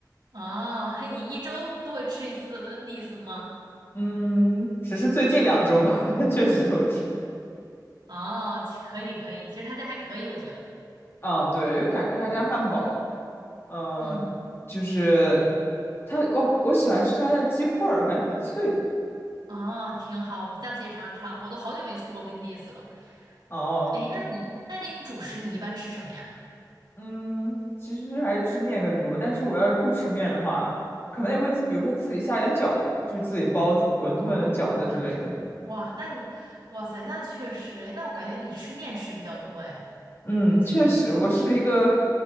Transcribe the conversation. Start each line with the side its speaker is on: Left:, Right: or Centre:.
Right: 哦，嘿，你一周都会吃一次 Wendy's 吗？
Left: 嗯，只是最近两周吧，<laughs> 确实是会吃，
Right: 哦，其可以可以，其实他家还可以，我觉得。
Left: 嗯，对，因为感觉他家汉堡，呃，
Right: 嗯，
Left: 就是他哦，我喜欢吃他家鸡块儿，感觉很脆。
Right: 哦，挺好，我下次也尝尝。我都好久没去过 Wendy's 了。
Left: 哦，
Right: 哎，那你那你主食你一般吃什么呀？
Left: 嗯，其实还是吃面更多。但是我要是不吃面的话，可能也会自比如说自己下点饺子，就自己包子馄饨、
Right: 哦，
Left: 饺子之类的。
Right: 哇，那你，哇塞，那确实，哎，那我感觉你吃面食比较多，哎。
Left: 嗯，确实，我是一个